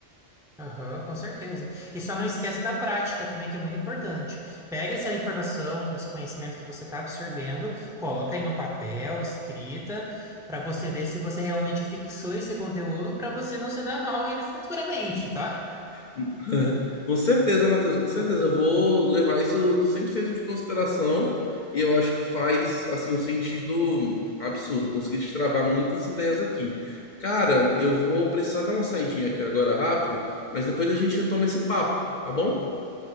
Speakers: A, in the centre; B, on the left.
A: Aham, com certeza. E só não esquece da prática também, que é muito importante. Pega essa informação, esse conhecimento que você está absorvendo, coloca ele no papel, escrita, para você ver se você realmente fixou esse conteúdo, para você não se dar mal ainda futuramente, tá?
B: <laughs> Com certeza, Matheus, com certeza. Eu vou levar isso 100% de consideração e eu acho que faz, assim, um sentido absurdo. Consegui destravar muitas ideias aqui. Cara, eu vou precisar dar uma saidinha aqui agora rápido, mas depois a gente retoma esse papo, tá bom?